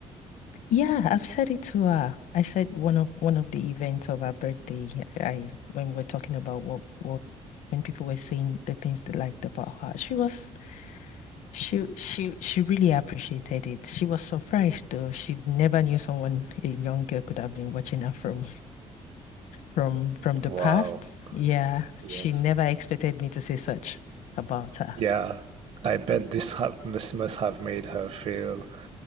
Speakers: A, on the left; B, on the right.
A: Yeah, I've said it to her. I said one of one of the events of her birthday, I when we're talking about what what when people were saying the things they liked about her, she was she she she really appreciated it. She was surprised though. She never knew someone a young girl could have been watching her from from from the
B: Wow.
A: past. Yeah,
B: Yes.
A: she never expected me to say such about her.
B: Yeah. I bet this have this must have made her feel